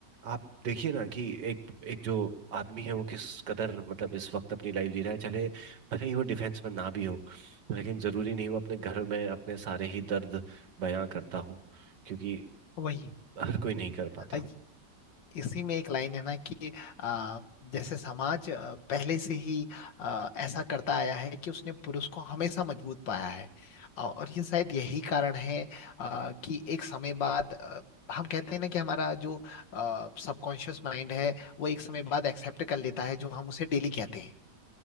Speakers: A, on the right (about 70°); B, on the left (about 85°).
A: आप देखिए ना कि एक एक जो आदमी है वो किस कदर मतलब इस वक्त अपनी लाइफ जी रहा है चाहे भले ही वो डिफेंस में ना भी हो लेकिन जरूरी नहीं वो अपने घर में अपने सारे ही दर्द बयां करता हो क्योंकि
B: वही
A: हर कोई नहीं कर पाता
B: अ, इसी में एक लाइन है ना कि आ, जैसे समाज आ, पहले से ही आ, ऐसा करता आया है कि उसने पुरुष को हमेशा मजबूत पाया है अ, और ये शायद यही कारण है आ, कि एक समय बाद आ, हम कहते हैं ना कि हमारा जो सबकॉन्शियस माइंड है वो एक समय बाद एक्सेप्ट कर लेता है जो हम उसे डेली कहते हैं